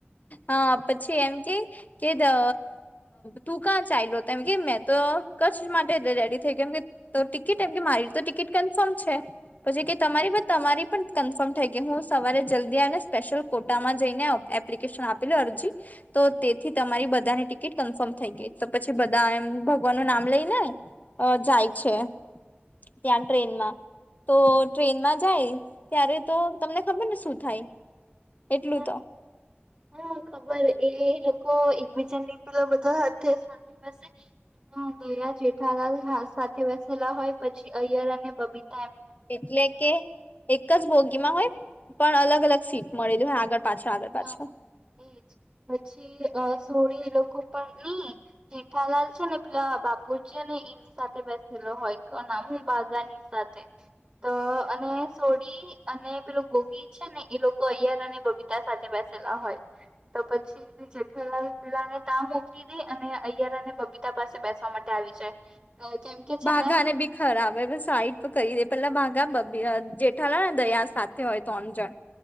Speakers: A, on the left (about 40°); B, on the right (about 30°).
A: હા પછી એમ કે કે ત તું ક્યાં ચાલો એમ કે મે તો કચ્છ માટે રેડી થઈ ગમ કે તો ટિકિટ એમ કે મારી તો ટિકિટ કન્ફર્મ છે. પછી કે તમારી બ તમારી પણ કન્ફર્મ થઈ ગયું હું સવારે જલ્દી આવીને સ્પેશ્યલ કોટામાં જઈને અ એપ એલિકેશન આપે અરજી તો તેથી તમારી બધાની ટિકિટ કન્ફર્મ થઈ ગઈ. તો પછી બધા એમ ભગવાન નું નામ લઈને જાય છે. ત્યાં ટ્રેન મા તો ટ્રેનમાં જાય ત્યારે તો તમને ખબર ને શું થાય? એટલું
B: હા
A: તો.
B: <inaudible> હા ખબર એ લોકો એકબીજા પેલા બધા હાથે <unintelligible> દયા જેઠાલા સાથે બેસેલા હોય પછી અયર અને બબી
A: એટલે કે એક જ ભોગી માં હોય પણ અલગ અલગ સીટ મળીલી હો આગળ પાછળ આગળ પાછળ
B: હા એજ પછી અ સોળી એ લોકો પણ ઈ જેઠાલાલ છે ને, પેલા બાપુજી ને એની સાથે બેસેલો હોય. કે, એનુ નામ શું? બાઘાની સાથે. સાથે. તો, અને સોડી. અને પેલું ગોગી છે ને, એ લોકો અયાર અને બબીતા સાથે બેસેલા હોય, તો પછી જેઠાલાલ પેલાને તા મોકલી દે. અને અને બબીતા પાસે બેસવા માટે આવી જાય. કેમ કે છે
A: બાઘા ને બી ખરાબ સાઈડ કરી દે, પેલા બાઘા જેઠાલાલ ને દયા સાથે હોય, ત્રણ જણ.